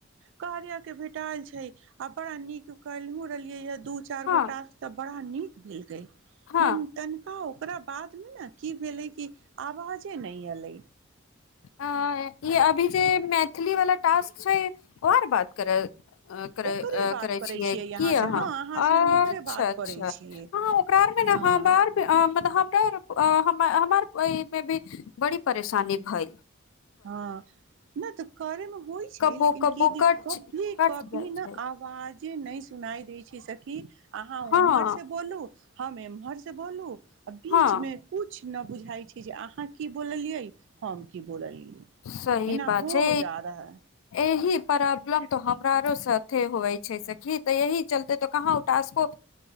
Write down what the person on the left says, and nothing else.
हँ
हँ
अ ई अभी जे पछलीवला टास्क छै आर बात कर कर
करै छियै क
अहाँ
अच्छा
अच्छा
हँ ओकरा आरमे ने
हमतलब हमरा ओहिमे भी बड़ी परेशानी भेल
कबो
कबो
कट
कट
जाइ
छै
हँ
हँ
सही
बात
छै
एहिह प्रॉब्लम तऽ हमरा आरसँ अथे होइ छै सखी तऽ एहिह चलते तऽ कहाँ उटाासको